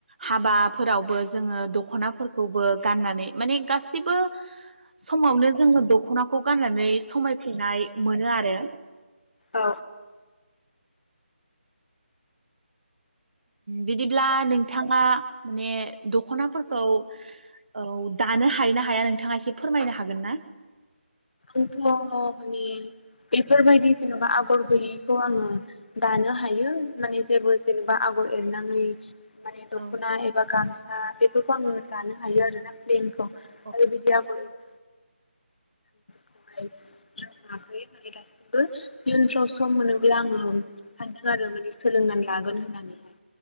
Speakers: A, on the right (about 55°); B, on the left (about 55°).
A: हाबाफोरावबो जोङो दख'नाफोरखौबो गाननानै माने गासिबो समावनो जोङो दख'नाखौ गाननानै समायफ्लेनाय मोनो आरो
B: औ
A: बिदिब्ला नोंथाङा माने दख'नाफोरखौ औ दानो हायो ना हाया नोंथाङा एसे फोरमायनो हागोन ना?
B: आंथ' माने बेफोरबायदि जेन'बा आगर गैयैखौ आङो दानो हायो माने जेबो जेनेबा आगर एरनां ङि माने दख'ना
A: औ
B: एबा गामसा बे फोरखौ आङो दानो हायो आरोना फ्लेनखौ
A: औ
B: आरो बिदि आगर एर <inaudible> <inaudible> रोंआखै माने दासिबो इयुनफ्राव सम मोनोब्ला आङो सानदों आरो माने सोलोंनानै लागोन होननानैहाय।